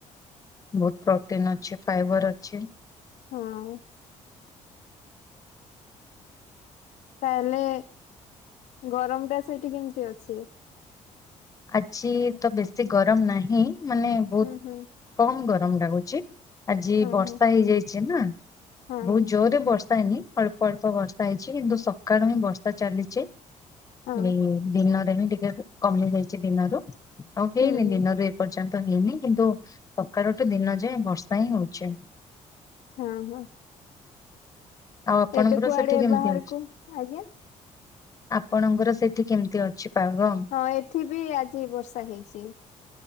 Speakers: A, on the left; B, on the left.
A: ବୋହୁତ୍ ପ୍ରୋଟିନ୍ ଅଛି ଫାଇବର ଅଛି।
B: ହଁ। ତାହେଲେ ଗରମ ଟା ସେଇଠି କେମିତି ଅଛି?
A: ଆଜି ତ ବେଶୀ ଗରମ ନାହିଁ ମାନେ
B: ହୁଁ ହୁଁ।
A: କମ୍ ଗରମ ଲାଗୁଚି। ଆଜି
B: ହଁ
A: ବର୍ଷା
B: ହଁ
A: ହେଇଯାଇଚି ନା
B: ହଁ
A: ବହୁତ୍ ଜୋରେ ବ ବର୍ଷା ହେଇନି ଅଳ୍ପ ଅଳ୍ପ ବର୍ଷା ହେଇଚି କିନ୍ତୁ ସକାଳୁ ହିଁ ବର୍ଷା ଚାଲିଚି।
B: ହଁ
A: ହୁଁ, ଦିନରେ ହିଁ ଟିକେ କମି ଯାଇଚି ଦିନରୁ ଆଉ ହେଇନି
B: ହୁଁ ହୁଁ
A: ଦିନରେ। ପର୍ଯ୍ୟନ୍ତ ହେଇନି କିନ୍ତୁ ସକାଳଠୁ ଦିନ ଯାଏ ବର୍ଷା ହିଁ ହଉଚି।
B: ହଁ ହଁ।
A: ଆଉ ଆପଣଙ୍କର
B: ଏବେ କୁଆଡେ
A: ସେଠି କେମିତି
B: ବାହାରକୁ
A: ଅଛି?
B: ଆଜ୍ଞା
A: ଆପଣଙ୍କର ସେଠି କେମିତି ଅଛି ପାଗ?
B: ହଁ, ଏଠି ବି ଆଜି ବର୍ଷା ହେଇଚି।